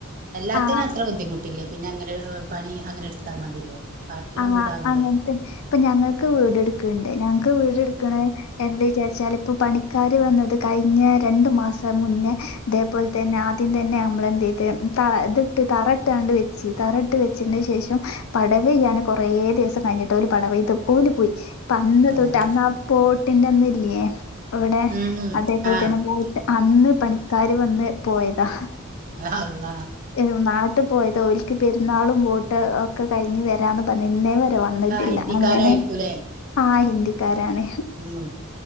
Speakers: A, on the right (about 40°); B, on the left (about 70°).
A: എല്ലാ
B: ആ
A: ത്തേനെ അത്ര ബുദ്ധിമുട്ടില്ല. പിന്നെ അങ്ങനെ എ പണി അങ്ങനെട്ത്താൽ മതിയല്ലോ. പാർക്കണ
B: ആ
A: വീടാവുമ്പോ
B: അങ്ങൻത്തെ ഇപ്പ ഞങ്ങക്ക് വീട് ട്ട്ക്ക്‌ണ്ട് ഞങ്ങക്ക് വീട് ഇട്ക്ക്‌ണെ എന്തേ വിചാരിച്ചാല് ഇപ്പ പണിക്കാര് വന്നത് കയ്ഞ്ഞ രണ്ട് മാസം മുന്നേ ഇതേപോൽ തന്നെ ആദ്യം തന്നെ അമ്മളെന്തെയ്ത് ത ഇത്ട്ട് തറ ഇട്ടാണ്ട് വെച്ച് തറ ഇട്ട് വെച്ചേന്റെ ശേഷം പട വെയ്യാന് കൊറേ ദിവസം കഴിഞ്ഞിട്ട് ഓല് പടവെയ്ത് ഓല് പോയി ഇപ്പ അന്ന്
A: ആഹ്
B: തൊട്ട് അന്ന ബോട്ടിന്റെ അന്ന് ഇല്ലേ ഇവിടെ
A: ഉം ഉം
B: അതേപോൽ
A: ആഹ്
B: തന്നെ പോയിട്ട് അന്ന് പണിക്കാർ വന്ന് പോയതാ.
A: യാ അള്ളാ.
B: എ നാട്ട് പോയതാ ഒൽക്ക് പെര്ന്നാളും വോട്ട് ഒക്കെ കഴിഞ്ഞ് വരാന്ന് പർഞ്ഞ് ഇന്നേ വരെ വന്നിട്ടില്ല
A: ആഹ് ഹിന്ദിക്കാരായിരിക്കൂലേ
B: അങ്ങനെ ആ ഹിന്ദിക്കാരാണ്.
A: ഉം